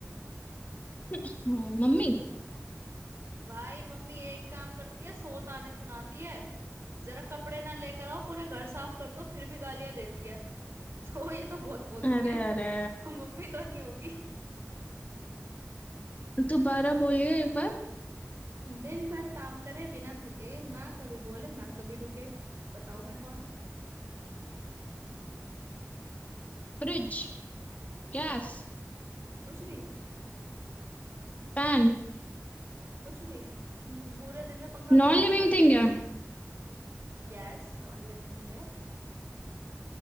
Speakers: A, on the left; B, on the right.
A: हम्म, मम्मी
B: भाई मम्मी एक काम करती है सौ ताने सुनाती है जरा कपड़े ना लेकर आओ पूरे घर साफ कर दो फिर भी गालियां देती है <laughs> तो ये तो बहुत बोलती
A: अरे
B: है <laughs> तो
A: अरे
B: मम्मी तो नहीं होगी
A: दोबारा बोलिए एक बार
B: दिन भर काम करे बिना थके ना कभी बोले ना कभी रुके बताओ मैं कौन
A: Fridge Gas
B: कुछ भी
A: Pan
B: कुछ भी तुम पूरे दिन में पंखा
A: Non
B: बंद ही
A: living
B: नहीं करते
A: thing है
B: यस नॉन लिविंग थिंग है